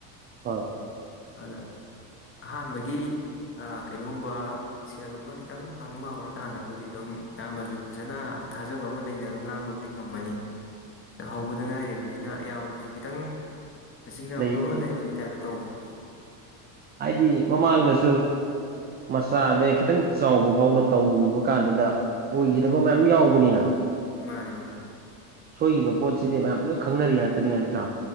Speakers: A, on the right (about 20°); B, on the left (about 25°).
A: ꯍꯣꯏ
B: ꯑꯗꯥ ꯑꯍꯥꯟꯕꯒꯤ ꯑꯥ ꯀꯩꯅꯣꯒꯨꯝꯕ ꯁꯦꯜꯒꯨꯝꯕ ꯈꯤꯇꯪ ꯐꯪꯕ ꯍꯧꯔꯀꯥꯟꯗꯕꯨꯗꯤ ꯑꯗꯨꯝ ꯏꯌꯥꯝꯕꯁꯨ ꯐꯖꯅ ꯊꯥꯖꯕ ꯑꯃ ꯂꯩꯅ ꯑꯗꯨꯝ ꯉꯥꯡꯕꯕꯨꯗꯤ ꯉꯝꯃꯅꯤ ꯍꯧꯕꯗ ꯉꯥꯏꯔꯤꯕꯅꯤꯅ ꯑꯌꯥꯝꯕꯗꯁꯨ ꯈꯤꯇꯪ ꯆꯤꯡꯅꯕ
A: ꯂꯩ
B: ꯑꯃ ꯂꯩꯕꯒꯤ ꯇꯥꯏꯞꯇ ꯇꯧꯕꯗꯣ
A: ꯍꯥꯏꯗꯤ ꯃꯃꯥꯡꯗꯁꯨ ꯃꯆꯥꯗꯦ ꯈꯤꯇꯪ ꯆꯥꯎꯕ ꯐꯥꯎꯅ ꯇꯧꯔꯨꯕ ꯀꯥꯟꯗꯨꯗ ꯑꯣꯏꯒꯤꯗꯕ ꯃꯌꯥꯝ ꯌꯥꯎꯕꯅꯤꯅ
B: ꯃꯥꯅꯦ ꯃꯥꯅꯦ
A: ꯁꯣꯏꯈꯤꯕ ꯄꯣꯠꯁꯤꯗꯤ ꯃꯌꯥꯝ ꯂꯣꯏ ꯈꯪꯅꯔꯤ ꯉꯥꯛꯇꯅꯤ ꯅꯠꯇ꯭ꯔꯥ